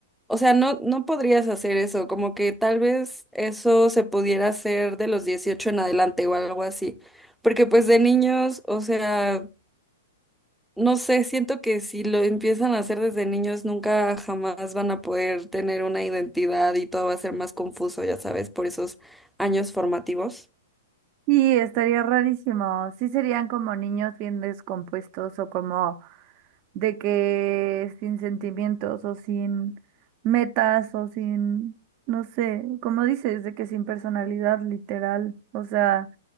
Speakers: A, in the centre; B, on the right.
A: o sea, no, no podrías hacer eso, como que tal vez eso se pudiera hacer de los 18 en adelante o algo así. Porque pues de niños, o sea, no sé, siento que si lo empiezan a hacer desde niños, nunca jamás van a poder tener una identidad y todo va a ser más confuso, ya sabes, por esos años formativos.
B: Y estaría rarísimo. Sí serían como niños bien descompuestos o como de que sin sentimientos o sin metas o sin, no sé, como dices, de que sin personalidad literal, o sea,